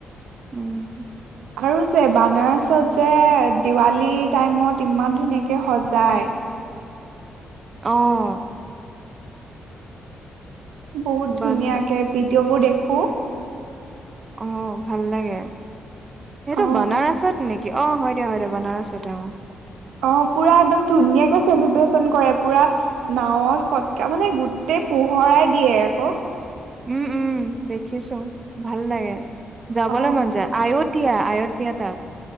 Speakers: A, on the right; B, on the right.
A: উম,
B: আৰু যে বানাৰছত যে দিৱালী টাইমত ইমান ধুনীয়াকে সজায়।
A: অ'।
B: বহুত
A: বান
B: ধুনীয়াকে ভিডিঅ' বোৰ দেখো।
A: অ', ভাল লাগে, সেটো
B: অ
A: বনাৰছত নেকি? অ', হয় দে, হয় দে, বনাৰছত অ'।
B: অ' পুৰা একদম ধুনীয়াকে চেলিব্ৰেচন কৰে, পোৰা নাৱত ফটকা, মানে গোটেই পোহৰাই দিয়ে আকৌ'।
A: উম' উম' দেখিছোঁ ভাল লাগে, যাবলৈ
B: অ
A: মন যায়। আইয়তিয়া, আইয়তিয়া তাত।